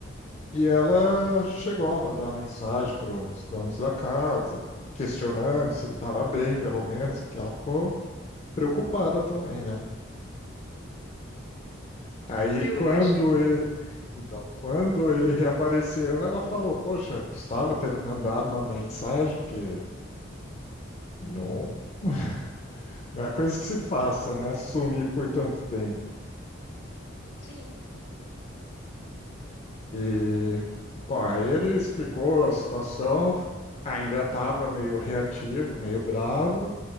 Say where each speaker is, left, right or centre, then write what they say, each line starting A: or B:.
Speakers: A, on the left; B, on the left.
A: e ela chegou a mandar mensagem para os donos da casa, questionando se ele estava bem, pelo menos, porque ela ficou preocupada também, né? Aí
B: Eu
A: quando
B: imagino.
A: ele, então, quando ele reapareceu, ela falou: "Poxa, custava ter mandado uma mensagem, porque não, <laughs> não é coisa que se faça, né? Sumir por tanto tempo."
B: Sim.
A: E, bom, aí ele explicou a situação, ainda estava meio reativo, meio bravo,